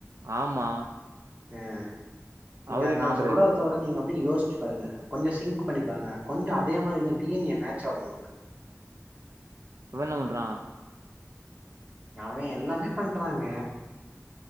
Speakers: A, on the right; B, on the right.
A: ஆமா
B: உம் நீங்க
A: அவரு
B: அது
A: என்ன
B: நா
A: பண்றாரு?
B: சொல்றதோட நீங்க யோஸ்ச்சு பாருங்க கொஞ்சோ சிங்க் பண்ணி பாருங்க கொஞ்சோ அதே மாரி தா டி என் ஏ மேட்ச் ஆவும் உங்களுக்கு
A: இவ என்ன பண்றா
B: அவெ எல்லாமே பண்றாங்க